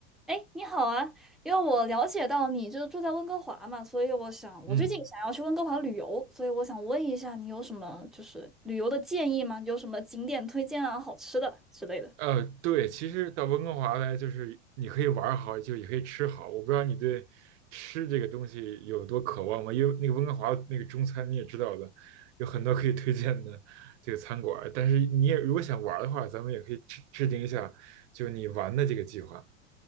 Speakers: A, in the centre; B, on the right.
A: 哎，你好啊，因为我了解到你就是住在温哥华嘛，所以我想我最近想要去温哥华旅游，
B: 嗯，
A: 所以我想问一下你有什么就是旅游的建议吗？有什么景点推荐啊、好吃的之类的？
B: 呃，对，其实到温哥华来，就是你可以玩儿好，就也可以吃好。我不知道你对吃这个东西有多渴望吗？因为那个温哥华那个中餐你也知道的，有很多可以推荐的这个餐馆儿但是你也如果想玩儿的话，咱们也可以制制定一下，就你玩的这个计划。